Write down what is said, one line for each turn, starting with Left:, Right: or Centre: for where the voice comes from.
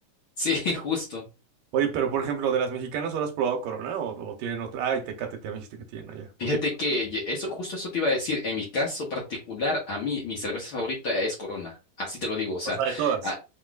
Left: Sí, <laughs> justo.
Right: Oye, pero por ejemplo, de las mexicanas, ¿solo has probado Corona o, o tienen otra? Ay, Tecate, te me dijiste que tienen allá.
Left: Fíjate
Right: O, tienen...
Left: que ye- eso, justo eso te iba a decir. En mi caso particular, a mí, mi cerveza favorita es Corona. Así te lo digo. O sea,
Right: o sea, de todas.
Left: ah,